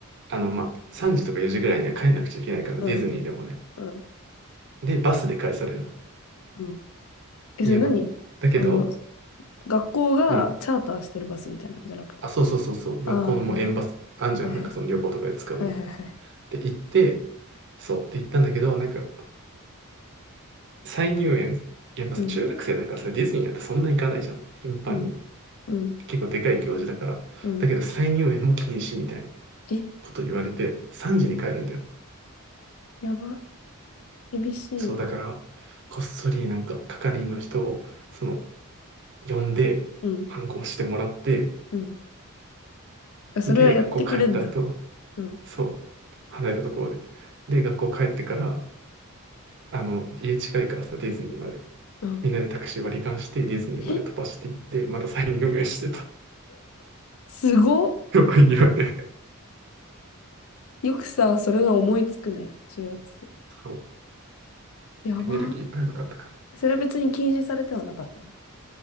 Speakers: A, on the right; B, on the left.
A: あの、まあ、3時とか4時ぐらいには帰んなくちゃいけないから、
B: うんうん。
A: ディズニーでもね。
B: うん
A: で、バスで帰されるの。
B: うん。え、
A: 家まで。
B: それ何あの、
A: だけど、
B: 学校がチャーターしてるバスみたいなんじゃなくて。
A: うん。あ、そうそうそうそう、学校のもう園バス、
B: ああ、なるほど。
A: あんじゃん、
B: はいはい。
A: なんかその旅行とかで使うようなやつ。
B: はいはいはい。
A: で、行って、そう、で行ったんだけど、なんか、再入園、やっぱさ、
B: うん、
A: 中学生だからさ、ディズニーなんてそんな行かないじゃん、頻繁に。
B: うん、うん、
A: 結構でかい行事だから。
B: うん。
A: だけど、再入園も禁止みたいな
B: え、
A: こと言われて、3時に帰るんだよ。
B: やば。厳しい。
A: そう、だから、こっそりなんか、係員の人を、その、呼んで、
B: うん、
A: 反抗してもらって、
B: うん。あ、それはやってくれんだ。
A: で、学校帰った後、
B: うん、
A: そう、離れたところで。で、学校帰ってから、あの、家近いからさ、ディズニーまで。
B: うん。
A: みんなでタクシー割り勘して、ディズニーまで飛ばしていって、
B: え、
A: また再入園してた。
B: すごっ。
A: <laughs> よく言うよね。
B: よくさ、それが思いつくね、中学生。
A: そう。
B: やば。
A: エネルギーがやばかったから。
B: それは別に禁止されてはなかったの